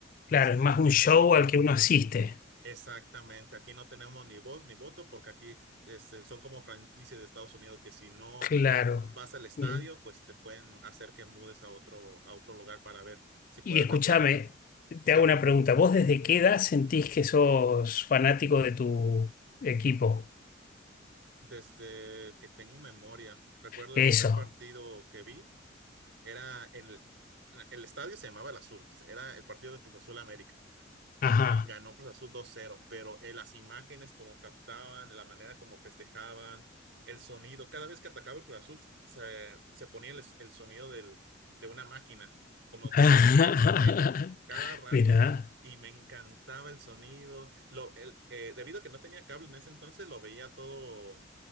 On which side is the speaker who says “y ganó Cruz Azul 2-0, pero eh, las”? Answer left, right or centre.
Right